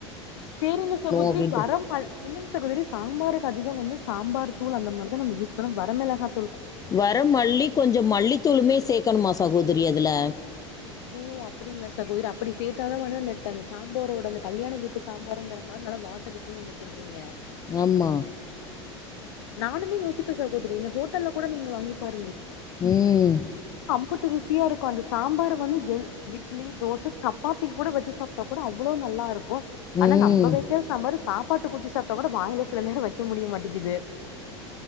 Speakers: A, on the left (about 70°); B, on the left (about 25°).
A: சேரிங்க சகோதரி
B: அப்படின்ட்டு
A: வரமல் இல்லிங்க சகோதரி சாம்பாருக்கு அதிக வந்து சாம்பார் தூள் அந்த மார்தா நம்ம யூஸ் பண்ணு வரமிளகாதூ
B: வர மல்லி கொஞ்சோ மல்லித்தூளுமே சேக்கணுமா சகோதரி அதில
A: ஓ அப்படிங்களா சகோதரி அப்படி சேர்த்தாதான் வந்து ட்ட அந்த சாம்பாரோட அந்த கல்யாண வீட்டு சாம்பாருங்கிற மாரி நல்லா வாசடிக்கும்ன்னனு நீங்க சொல்றீங்க
B: ஆம்மா
A: நானுேமே யோசிப்ப சகோதரி இந்த ஹோட்டல்ல கூட நீங்க வாங்கிப்பாருங்
B: ம்
A: அம்ட்டு ருசியா இருக்கும் அந்த சாம்பார வந்து என் இட்லி தோசை சப்பாத்திக்கு கூட வச்சு சாப்ட்டா கூட அவ்ளோ நல்லா இருக்கு வோ ஆனா
B: ம்
A: நம் வெக்கர சாம்பாரு சாப்பாட்டுக்கு ஊத்தி சாப்ட்டா கூட வாயில சிலநேரோ வைக் முடிய மாட்டேக்கிது